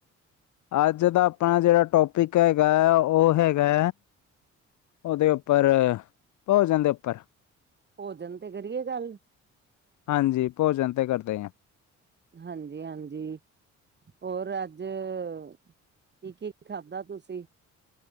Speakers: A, on the left; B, on the right.
A: ਆੱਜ ਦਾ ਆਪਾਂ ਜੇੜਾ ਟੋਪਿਕ ਹੈਗਾ ਐ, ਓ ਹੈਗਾ ਓਦੇ ਉੱਪਰ ਭੋਜਨ ਦੇ ਉੱਪਰ
B: ਭੋਜਨ ਤੇ ਕਰੀਏ ਗਾੱਲ
A: ਹਾਂਜੀ ਭੋਜਨ ਤੇ ਕਰਦੇ ਆਂ।
B: ਹਾਂਜੀ, ਹਾਂਜੀ। ਹੋਰ ਆੱਜ ਕੀ, ਕੀ ਖਾਧਾ ਤੁਸੀ